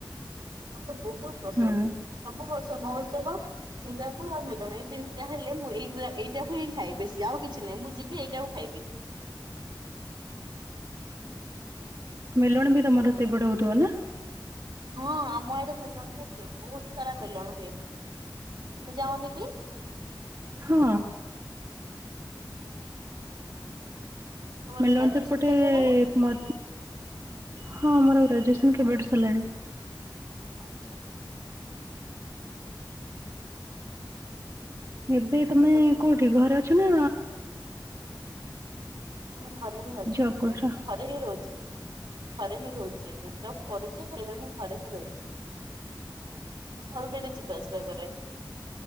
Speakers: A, on the right; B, on the right.
A: ତ ବହୁତ ପସନ୍ଦ
B: ହୁଁ
A: ସବୁ ବର୍ଷ ମହୋତ୍ସବ ସିଙ୍ଗା ହଁ ମେ ଜଣେଇ ଏଇ ତିନିଟା ହେଲେ ମୁଁ ଏଇ ଏଇଟାକୁ ହିଁ ଖାଏ ବେଶୀ ଆଉ କିଛି ନାହିଁ ମୁଁ ଯିବି ଏଇଟାଉ ଖାଇବି
B: ମେଲଣ ବି ତମର ସେଇପଟେ ହଉଥିବ ନା?
A: ହଁ ଆମ ଆଡେ ମେଲଣ ସବୁ ହୁଏ। ବହୁତ ସାରା ମେଲଣ ହୁଏ। ତୁମେ ଯାଅ ନିକି?
B: ହଁ
A: ତମର
B: ମେଲଣ
A: ଗ୍ରାଜୁଏସନ
B: ତ ଏପଟେ
A: ସରିଗଲାଣି
B: ମ ହଁ ମୋର ଗ୍ରାଜୁଏସନ କେବେଠୁ ସରିଲାଣି।
A: ଆଚ୍ଛା।
B: ଏବେ
A: ତାହେଲେ
B: ତମେ
A: ତମକୁ
B: କୋଉଠି ଘରେ ଅଛ ନା?
A: ଘରେ ହିଁ ଅଛି
B: ଜବ୍ କରୁଛ?
A: ଘରେ ହିଁ ରହୁଛି ଘରେ ରହୁଛି ଏବେ ଜବ କରୁଛି ଏବେ ମୁଁ ଘରେ ହିଁ ରହୁଛି। ଘରୁ ଡେଲି ଯିବା ଆସିବା କରେ।